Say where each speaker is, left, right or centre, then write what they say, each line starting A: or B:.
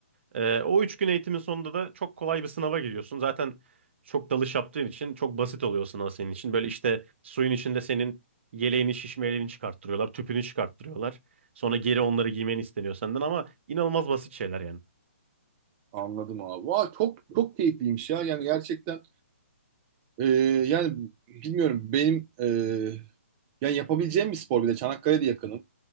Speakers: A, on the right; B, on the right.
A: Ee, o üç gün eğitimin sonunda da çok kolay bir sınava giriyorsun. Zaten çok dalış yaptığın için çok basit oluyor sınav senin için. Böyle işte suyun içinde senin yeleğini, şişmelerini çıkarttırıyorlar, tüpünü çıkarttırıyorlar. Sonra geri onları giymen isteniyor senden ama inanılmaz basit şeyler yani.
B: Anladım abi. Vay, çok çok keyifliymiş ya. Yani gerçekten ee, yani bilmiyorum benim ee, yani yapabileceğim bir spor bir de Çanakkale'de yakınım.